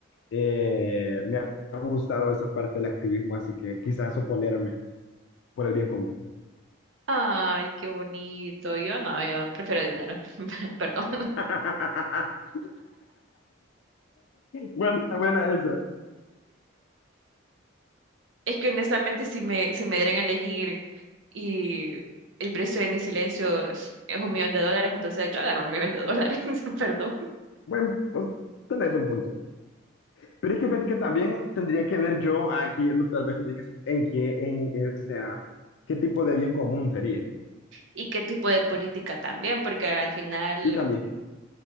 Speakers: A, on the left (about 65°); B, on the right (about 65°).
A: eh, me ha gustado esa parte del activismo, así que quizás oponerme por el bien común.
B: Ay, qué bonito. Yo no, yo prefiero dinero. <laughs> Perdón.
A: <laughs> Buena, buena esa.
B: Es que honestamente si me, si me dieran a elegir y el precio de mi silencio es, es un millón de dólares, entonces yo agarro el millón de dólares, <laughs> perdón.
A: Bueno, pues, tenés un punto. Pero es que fíjate que también tendría que ver yo aquí, no, tal vez lo dije, en qué, en, o sea, qué tipo de bien común sería.
B: ¿Y qué tipo de política también? Porque al final,
A: Y también, que-